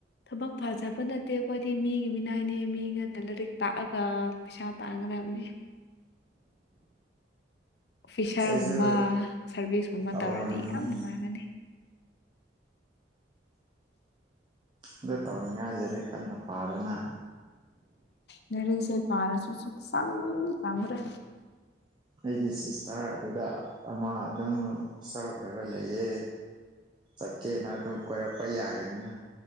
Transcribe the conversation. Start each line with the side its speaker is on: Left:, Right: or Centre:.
Left: ꯊꯕꯛ ꯐꯖꯕ ꯅꯠꯇꯦ ꯑꯩꯈꯣꯏꯗꯤ ꯃꯤꯒꯤ ꯃꯤꯅꯥꯏꯅꯦ ꯃꯤ ꯉꯅ ꯂꯥꯏꯔꯤꯛ ꯇꯥꯛꯑꯒ ꯄꯩꯁꯥ ꯇꯥꯟ <unintelligible> ꯑꯣꯐꯤꯁꯥꯔꯒꯨꯝꯕ
Right: ꯑꯩꯁꯨ
Left: ꯁꯥꯔꯚꯤꯁꯀꯨꯝꯕ
Right: ꯇꯧꯔꯝꯕꯅꯤ
Left: ꯇꯧꯔꯅꯤ ꯌꯥꯝ ꯅꯨꯡꯉꯥꯏꯒꯅꯤ
Right: ꯑꯗꯨ ꯇꯧꯅꯤꯡꯉꯥꯏ ꯂꯩꯔꯦꯤꯛ ꯀꯟꯅ ꯄꯥꯔꯣꯅ
Left: ꯂꯩꯔꯤꯛꯁꯦ ꯄꯥꯔꯁꯨ ꯁꯨꯛꯆꯪ ꯆꯪꯈ꯭ꯔꯦ
Right: ꯑꯩꯒꯤ ꯁꯤꯁꯇꯔ ꯑꯗꯨꯗ ꯑꯃ ꯑꯗꯨꯝ ꯁ꯭ꯔꯕ ꯑꯣꯏꯕ ꯂꯩꯌꯦ ꯆꯠꯀꯦꯅ ꯑꯗꯨꯝ ꯀꯣꯏꯔꯛꯄ ꯌꯥꯒꯅꯤꯅ